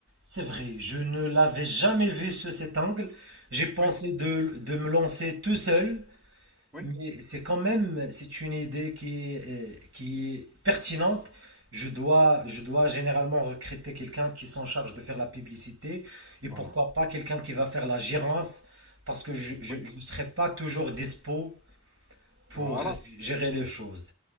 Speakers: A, on the right; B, in the centre.
A: C'est vrai, je ne l'avais jamais vu sous cet angle. J'ai pensé
B: Oui,
A: de, de me lancer tout seul,
B: oui,
A: mais c'est quand même, c'est une idée qui est, euh, qui est pertinente. Je dois, je dois généralement recruter quelqu'un qui s'en charge de faire la publicité et pourquoi
B: voilà.
A: pas quelqu'un qui va faire la gérance parce que je je-
B: Oui,
A: je ne serai pas toujours dispo pour
B: voilà.
A: gérer les choses.